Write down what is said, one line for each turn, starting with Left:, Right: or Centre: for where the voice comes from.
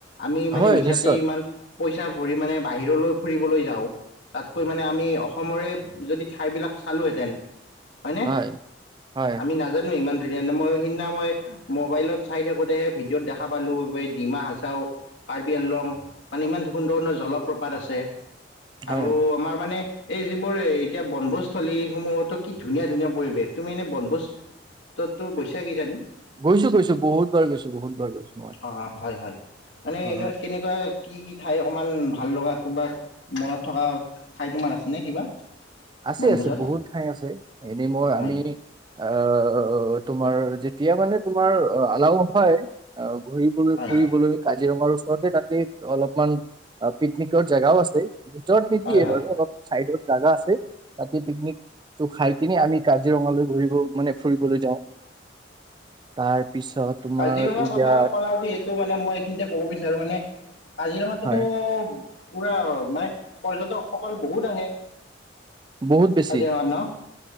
Left: আমি মানে
Right: হয়
Left: মিছাতেই
Right: নিশ্চয়
Left: ইমান পইচা ভৰি মানে বাহিৰলৈ ফুৰিবলৈ যাওঁ। তাতকৈ মানে আমি অসমৰে যদি ঠাই বিলাক, খালোঁহেতেন হয়নে
Right: হয় হয়
Left: আমি নাজানো ইমান। মই সিদিনা মই মোবাইলত চাই থাকোতেহে ভিডিঅ'ত দেখা পালো ডিমা হাচাও কাৰ্বি আংলং মানে ইমান সুন্দৰ সুন্দৰ জলপ্ৰপাত আছে।
Right: হয়
Left: আৰু আমাৰ মানে, এই যিবোৰ এতিয়া বনভোজস্থলীসমূহতো কি ধুনীয়া ধুনীয়া পৰিৱেশ তুমি এনেই বনভোজততো গৈছা কিজানি
Right: গৈছো গৈছো বহুত বাৰ গৈছো বহুত বাৰ গৈছো মই।
Left: অ হয় হয় মানে ইউনিভাৰ্চিট
Right: অ
Left: এনেকুৱা <unintelligible> কি কি ঠাই অকমান ভাল লগা ক'ৰবাত মনত থকা ঠাই তোমাৰ আছেনে কিবা?
Right: আছে
Left: বনভোজত
Right: আছে বহুত ঠাই আছে এনে মই
Left: হয়
Right: আমি আহ তোমাৰ যেতিয়া মানে তোমাৰ আলাও হয়। ঘুৰিবলৈ
Left: হয়
Right: ফুৰিবলৈ কাজিৰঙাৰ ৰতে তাতে অলপমান পিকনিকৰ জেগাও আছে। ভিতৰত নিদিয়ে
Left: হয় হয়
Right: বাৰু অলপ চাইডত জাগা আছে। তাতে পিকনিক টো খাই আমি কাজিৰঙালৈ ঘূৰিব, মানে ফুৰিবলৈ যাওঁ। তাৰ পিছত তোমাৰ
Left: কাজিৰঙাৰ
Right: ইয়াত
Left: কথা ক'লা যিহেতু, মানে মই এইখিনিতে কব বিচাৰোঁ মানে কাজিৰঙাতটো
Right: হয়
Left: পুৰা, মানে, পৰ্যটকসকল বহুত আহে।
Right: বহুত বেছি,
Left: কাজিৰঙাত ন